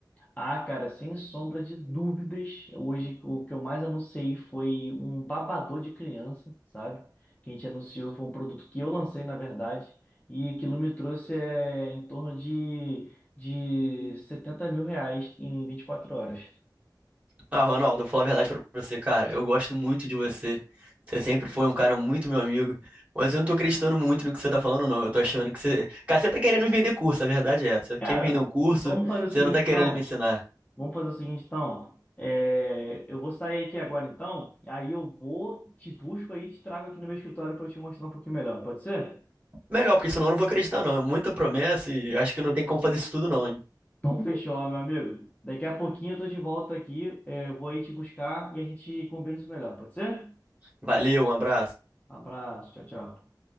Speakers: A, on the left; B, on the right.
A: Ah, cara, sem sombra de dúvidas, hoje o que eu mais anunciei foi um babador de criança, sabe? Que a gente anunciou foi um produto que eu lancei, na verdade, e aquilo me trouxe é, em torno de, de setenta mil reais em 24 horas.
B: Ah, Ronaldo, eu vou falar a verdade pra você, cara. Eu gosto muito de você. Você sempre foi um cara muito meu amigo. Mas eu não tô acreditando muito no que você tá falando, não. Eu tô achando que você. Cara, você tá querendo me vender curso, a verdade é. essa. Você
A: Cara,
B: quer me vender um curso,
A: vamos fazer o
B: você
A: seguinte
B: não tá querendo
A: então.
B: me ensinar.
A: Vamos fazer o seguinte então. É, eu vou sair aqui agora então, e aí eu vou, te busco aí e te trago aqui no meu escritório para eu te mostrar um pouquinho melhor, pode ser?
B: Melhor, porque senão eu não vou acreditar, não. É muita promessa e acho que não tem como fazer isso tudo, não, hein?
A: Então, fechou, meu amigo. Daqui a pouquinho eu tô de volta aqui. é, vou aí te buscar e a gente combina isso melhor. Pode ser?
B: Valeu, um abraço.
A: Abraço. Tchau, tchau.